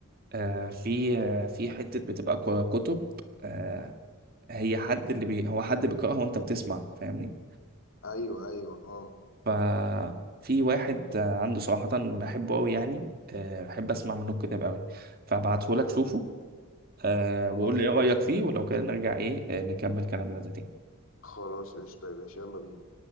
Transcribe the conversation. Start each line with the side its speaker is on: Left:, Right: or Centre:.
Right: آه
Left: قول
Right: في آه في حته بتبقى كو- كتب آه هي حد اللي بي هو حد بيقراها وانت بتسمع فاهمني
Left: أيوه أيوه اه
Right: ففي واحد آه، عنده صراحه بحبه قوي يعني آه بحب اسمع منه الكتاب قوي فابعته لك شوفه آه
Left: خلاص
Right: وقول لي ايه رايك فيه ولو كده نرجع ايه آه، نكمل كلامنا ده تاني
Left: خلاص قشطة يا باشا يلا بينا